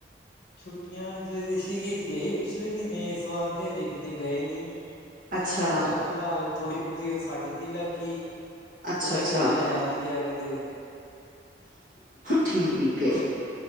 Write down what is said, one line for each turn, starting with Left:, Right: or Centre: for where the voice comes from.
Left: ਛੁੱਟੀਆਂ ਚ ਰਿਸ਼ੀਗੇਜ ਗਏ ਪਿਛਲੇ ਮੀਨੇ ਇਸ ਵਾਰ ਤੇ ਹਜੇ ਕਿਤੇ ਗਏ ਨੀ।
Right: ਅੱਛਾ
Left: ਅ ਫਿਲਾਲ ਥੋੜੀ ਬੌਤੀ ਓ ਸੱਟ ਜੀ ਲੱਗੀ
Right: ਅੱਛਾ
Left: ਉਹਦੇ
Right: ਅੱਛਾ
Left: ਕਰਕੇ ਜਾਇਆ ਨੀ ਗਿਆ ਕਿਤੇ।
Right: ਠੀਕ ਏ।